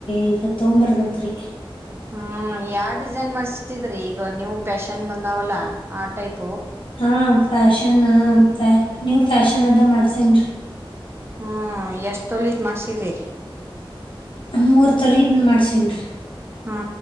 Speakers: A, on the left; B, on the right.
A: ಈಗ ತಗೊಂಡ್ ಬರ್ಬೇಕ್ರಿ
B: ಹ್ಮ್ ಯಾವ ಡಿಸೈನ್ ಮಾಡಸಿದ್ರಿ ಈಗ ನೀವು ಫ್ಯಾಷನ್ ಬಂದಾವಲ್ಲಾ ಆ ಟೈಪ್
A: ಹ್ಮ್ ಫ್ಯಾಷನ್ ನೀವ್ ಫ್ಯಾಷನ್ ಅದ ಮಾಡ್ಸೇನ್ ರಿ
B: ಹ್ಮ್ ಎಷ್ಟ ತೊಲಿದ್ ಮಾಡ್ಸಿರಿ
A: ಮೂರು ತೊಲಿದ್ ಮಾಡ್ಸೇನ್ ರೀ
B: ಹ